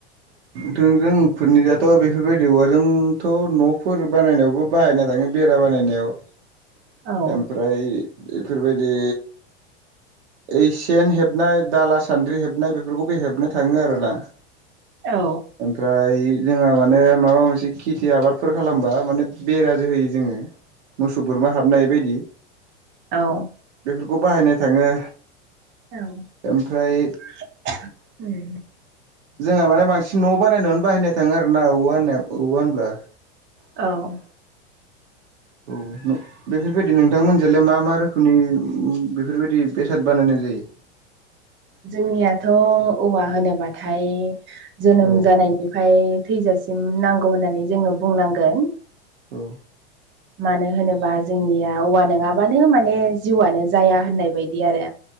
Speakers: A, on the right; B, on the right.
A: थों जोंफोरनि दाथ' बेफोरबायदि औवाजोंथ' न'फोर बानायनायावबो बाहायनाय थाङो बेरा बानायनायाव।
B: <unintelligible> औ
A: ओमफ्राय बेफोरबायदि ओइ सेेन हेबनाय दाला सान्द्रि हेबनाय बेफोरखौबो हेबनाय थाङो आरोना।
B: औ।
A: ओमफ्राय जोंहा माने माबा मोनसे खेथि आबादफोर खालामबा माने बेराजो होयो जोङो।
B: <unintelligible>
A: मोसौ बोरमा हाबनो हायै बायदि।
B: औ।
A: बेफोरखौ बाहायनाय थाङो।
B: औ।
A: ओमफ्राय जोंहा माने बांसिन न' बानायनायावनो बाहायनाय थाङो आरोना औव होननाय औवा होनब्ला।
B: औ।
A: <inaudible> बेफोरबायदि नोंथांमोनजोंलाय मा मा रोखोमनि बेफोरबायदि बेसाद बानायनाय जायो?
B: जोंनियाथ' औवा होनोबाथाय जोनोम
A: औ
B: जानायनिफाय थैजासिम नांगौ होननानै जोङो बुंनांगोन।
A: औ।
B: मानो होनोबा जोंनिया औवा नङाबानो माने जिउआनो जाया होननाय बायदि आरो।